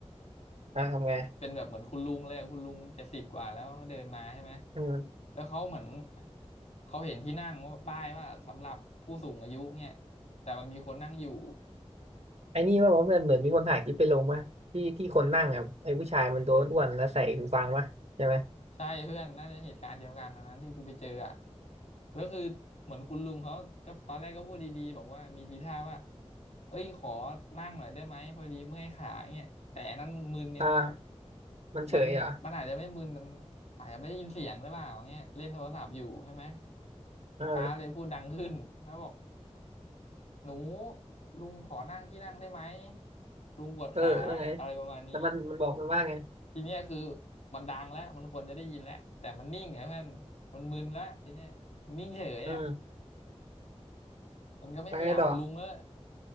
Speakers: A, on the right; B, on the left.
A: อ่ะทำไง
B: เป็นแบบเหมือนคุณลุงเลยอะคุณลุงเจ็ดสิบกว่าแล้วเขาเดินมาใช่ไหม
A: อืม
B: แล้วเขาเหมือนเขาเห็นที่นั่งว่าป้ายว่าสำหรับผู้สูงอายุเนี่ยแต่มันมีคนนั่งอยู่
A: ไอ้นี่ว่าเพื่อนเหมือนมีคนถ่ายคลิปไปลงป่ะที่ที่คนนั่งอ่ะไอ้ผู้ชายมันตัวอ้วนๆแล้วใส่หูฟังป่ะใช่ไหม
B: ใช่เพื่อนน่าจะเหตุการณ์เดียวกันอันนั้นที่กูไปเจออ่ะแล้วคือเหมือนคุณลุงเขาก็ตอนแรกก็พูดดีๆบอกว่ามีทีท่าว่าเอ้ยขอนั่งหน่อยได้ไหมพอดีเมื่อยขาเนี่ยแต่อันนั้นมึนเนี่ยมันแบบ
A: อ่ามันเฉยเหรอ
B: มันมันอาจจะไม่มึนแต่มันอาจจะไม่ได้ยินเสียงหรือเปล่าอย่างเงี้ยเล่นโทรศัพท์อยู่ใช่ไหมคุณตาเลยพูดดังขึ้นแล้วบอก
A: เออ
B: หนูลุงขอนั่งที่นั่งได้ไหมลุงปวดขาอะไรประมาณนี้
A: เออแล้วไงแล้วมันมันบอกมันว่าไง
B: ทีเนี้ยคือมันดังแล้วมันควรจะได้ยินแล้วแต่มันนิ่งไงเพื่อนมันมึนแล้วทีเนี้ยนิ่งเฉยอ่ะ
A: อืม
B: มันก็ไม่ขยับลุงก็
A: แล้วไงต่อ